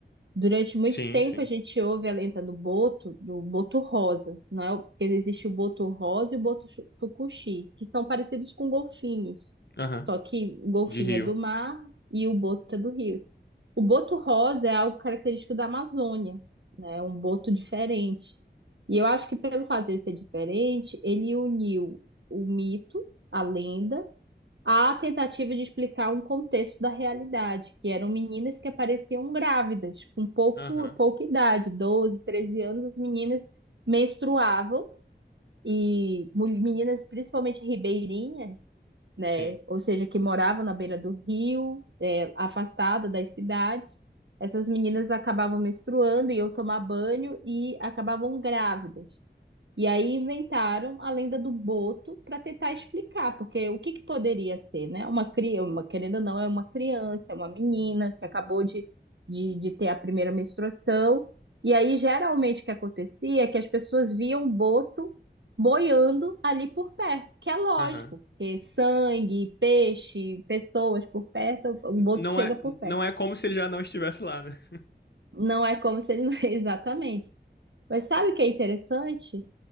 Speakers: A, on the right; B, on the left.
A: Durante muito
B: Sim,
A: tempo
B: sim.
A: a gente ouve a lenda do boto, do boto rosa, não é? Porque existe o boto rosa e o boto chu- tucuxi, que são parecidos com golfinhos.
B: Aham.
A: Só que o golfinho
B: De rio.
A: é do mar e o boto é do rio. O boto rosa é algo característico da Amazônia, né? É um boto diferente. E eu acho que pelo fato de ser diferente, ele uniu o mito, a lenda, à tentativa de explicar um contexto da realidade, que eram meninas que apareciam grávidas, com pouco,
B: Aham.
A: pouca idade, 12, 13 anos, as meninas menstruavam, e mul- meninas, principalmente ribeirinhas, né?
B: Sim.
A: Ou seja, que moravam na beira do rio, é, afastada das cidades. Essas meninas acabavam menstruando e eu tomar banho e acabavam grávidas. E aí inventaram a lenda do boto para tentar explicar, porque o que que poderia ser, né? Uma criança, uma, querendo ou não, é uma criança, é uma menina que acabou de, de, de ter a primeira menstruação. E aí, geralmente, o que acontecia é que as pessoas viam o boto boiando ali por perto, que é lógico,
B: Aham.
A: porque sangue, peixe, pessoas por perto, o boto
B: N- Não
A: chega
B: é,
A: por perto.
B: não é como se ele já não estivesse lá, né?
A: Não é como se ele não... <laughs> Exatamente. Mas sabe o que é interessante?